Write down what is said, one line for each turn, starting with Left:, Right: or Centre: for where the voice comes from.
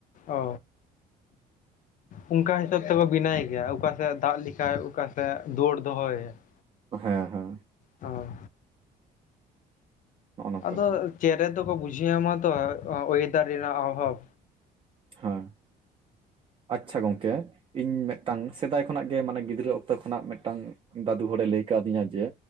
Left: ᱚ ᱚᱱᱠᱟ ᱦᱤᱥᱟᱹᱵ ᱛᱮᱠᱚ ᱵᱮᱱᱟᱭ ᱜᱮᱭᱟ ᱚᱠᱟᱥᱮᱫ ᱫᱟᱜ ᱞᱮᱠᱷᱟᱡ ᱚᱠᱟᱥᱮᱫ ᱫᱩᱣᱟᱹᱨ ᱫᱚᱦᱚᱭ <unintelligible>
Right: ᱦᱮᱸ ᱦᱮᱸ
Left: ᱚ
Right: ᱱᱚᱜᱼᱚ ᱱᱚᱝᱠᱟ
Left: ᱟᱫᱚ ᱪᱮᱬᱮ ᱫᱚᱠᱚ ᱵᱩᱡᱷᱟᱹᱣ ᱧᱟᱢᱟ ᱛᱚ ᱚᱭᱮᱫᱟᱨ ᱨᱮᱱᱟᱜ ᱚᱵᱷᱟᱵᱽ
Right: ᱦᱮᱸ ᱟᱪᱪᱷᱟ ᱜᱚᱝᱠᱮ ᱤᱧ ᱢᱤᱫᱴᱟᱝ ᱥᱮᱫᱟᱭ ᱠᱷᱚᱱᱟᱜ ᱜᱮ ᱢᱟᱱᱮ ᱜᱤᱫᱽᱨᱟᱹ ᱚᱠᱛᱚ ᱠᱷᱚᱱᱟᱜ ᱢᱤᱫᱴᱟᱝ ᱫᱟᱫᱩ ᱦᱚᱲᱮ ᱞᱟᱹᱭ ᱠᱟᱣᱫᱤᱧᱟ ᱡᱮ